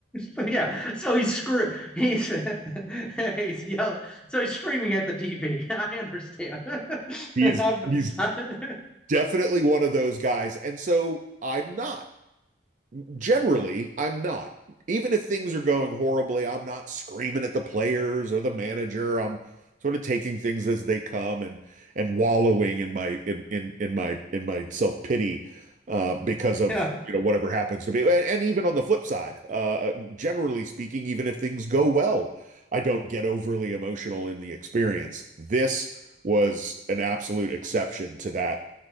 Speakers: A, in the centre; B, on the right.
A: But yeah, so he's screw he's <laughs> he's yell so he's screaming at the TV. I understand. <laughs>
B: He
A: I've-
B: is he's
A: I-
B: definitely one of those guys, and so I'm not. generally, I'm not. Even if things are going horribly, I'm not screaming at the players or the manager. I'm sort of taking things as they come and and wallowing in my in in in my in my self-pity uh because of
A: yeah.
B: you know whatever happens to be. And, and even on the flip side, uh uh, generally speaking, even if things go well, I don't get overly emotional in the experience. This was an absolute exception to that